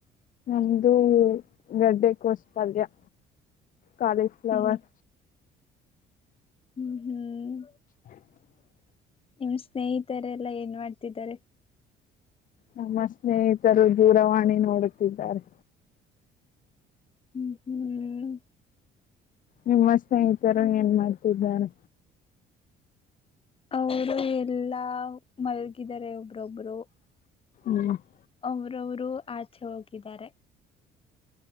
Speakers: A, on the left; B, on the left.
A: ನಮ್ದು ಗಡ್ಡೆಕೋಸ್ಪಲ್ಯ ಕಾಲೇಸಪ್ಲವರ್
B: ಹ್ಮ್ ಹ್ಮ್ ಹ್ಮ್
A: ಹ <unintelligible>
B: ನಿಮ್ ಸ್ನೇಹಿತರೆಲ್ಲಾ ಏನ್ ಮಾಡ್ತಿದ್ದಾರೆ
A: ನಮ್ಮ ಸ್ನೇಹಿತರು ದೂರವಾಣಿ ನೋಡುತ್ತಿದ್ದಾರೆ
B: ಹ್ಮ್ ಹ್ಮ್
A: ನಿಮ್ಮ ಸ್ನೇಹಿತರು ಏನ್ ಮಾಡ್ತಿದ್ದಾರೆ
B: ಅವರು ಎಲ್ಲಾ ಮಲಗಿದಿದ್ದಾರೆ ಒಬ್ರೊಬ್ರು
A: ಹ್ಮ್ <unintelligible>
B: ಒಬ್ಬೊಬ್ರು ಆಚೆ ಹೋಗಿದ್ದಾರೆ